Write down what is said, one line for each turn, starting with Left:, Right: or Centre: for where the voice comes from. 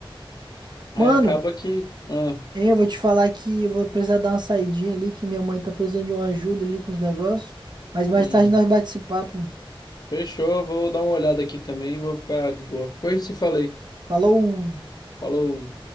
Right: Ah.
Left: aí
Right: Mano,
Left: acaba que. Ah,
Right: Hein, eu vou te falar que eu vou precisar dar uma saidinha ali, que minha mãe tá precisando de uma ajuda ali com os negócios. Mas mais
Left: hum,
Right: tarde nós bate esse papo.
Left: fechou. Vou dar uma olhada aqui também e vou ficar de boa. Depois te falei.
Right: Falou!
Left: Falou.